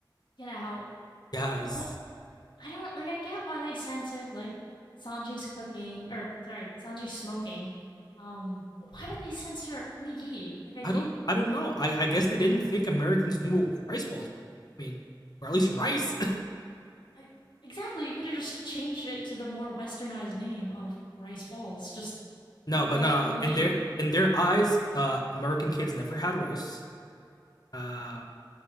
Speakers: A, on the left (about 70°); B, on the left (about 55°).
A: Get out.
B: Yes,
A: But I don't like. I get why they censored like Sanji's cooking, or sorry, Sanji's smoking. Um, but why would they censor onigiri? Like, I
B: I
A: get.
B: don't I don't know. I I guess they didn't think Americans knew what rice balls were. I mean, or at least rice.
A: I exactly. You could have just changed it to the more westernized name of rice balls. Just
B: <laughs> no,
A: don't
B: but
A: call
B: nah.
A: it onigiri.
B: In their in their eyes, uh, American kids never had rice. Uh,